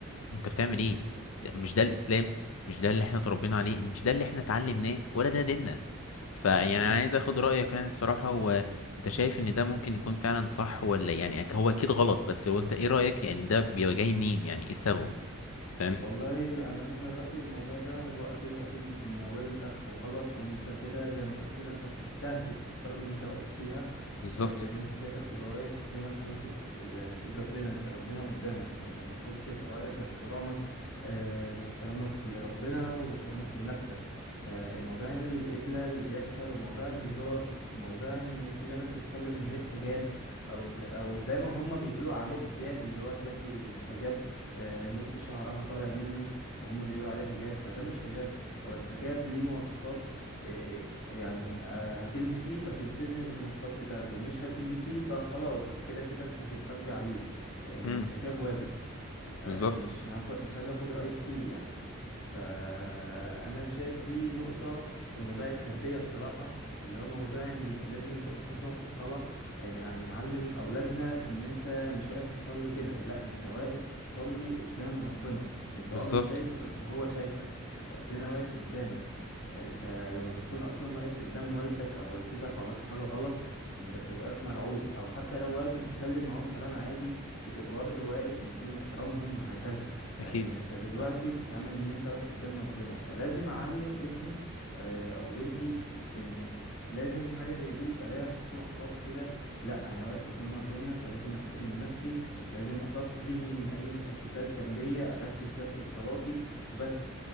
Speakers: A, on the left; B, on the left.
A: انت بتعمل ايه ده مش ده الاسلام مش ده اللي احنا اتربينا عليه مش ده اللي احنا اتعلمناه ولا ده ديننا فيعني انا
B: امم
A: عايز اخد رايك يعني الصراحه هو انت شايف ان ده ممكن يكون فعلا صح ولا يعني أك- هو اكيد غلط بس هو انت ايه رايك يعني ده بيبقى جاي منين يعني ايه السبب فاهم
B: والله انا انا من رايي الموضوع ده هو اكيد اكيد من اوله لاخره غلط وانت كده زي ما تقول كده انت بتستهزئ بالصلاه اللي انت واقف فيها
A: بالظبط
B: آه، لان انت ساعتها بتبقى واقف زي ما انت قلت في يعني في ايد ربنا انت ربنا قدامك فانت المفروض تبقى واقف باحترامك آه، باحترامك لربنا واحترامك لنفسك فموضوع القبلة اللي بيحصل وموضوع الهزار وموضوع ان في بنات بتصلي من غير حجاب او ز... او زي ما هم بيقولوا عليه حجاب اللي هو تلاقي الحجاب آه، نص شعرها طالع منه وهم بيقولوا عليه حجاب فده مش حجاب هو الحجاب ليه مواصفات آه، آه، يعني آه، هتلبسيه فتلتزمي بالمواصفات بتاعته مش هتلبسيه فخلاص كده كده انت هتتحاسبي عليه لان
A: امم
B: الحجاب واجب فمش
A: بالظبط
B: هاخد مش هاجي اخد رأيك فيه يعني فأنا شايف دي نقطة في موضوع التربية بصراحة اللي هو موضوع إن لازم يبقى فيه خشوع في الصلاة إن- يعني نعلم أولادنا إن أنت مش واقف تصلي كده لأ أنت واقف تصلي قدام ربنا أنت
A: بالظبط
B: أه مش شايفه بس هو شايفك ربنا واقف قدامك فأنت لما بتكون أصلا واقف قدام والدك أو والدتك وعملت حاجة غلط أنت بتبقى واقف مرعوب أو حتى لو واقف بتتكلم معاهم كلام عادي بتبقى برضه واقف مديهم احترامهم وهكذا
A: اكيد
B: لكن انت دلوقتي بتتعامل ان انت واقف قدام ربنا فلازم اعلم ابني آه، او بنتي ان لازم حاجة زي دي يبقى ليها خشوع خاص كده لا انا واقف قدام ربنا فلازم احترم نفسي لازم اصفي ذهني من اي مشتتات جنبية اركز بس في صلاتي وبس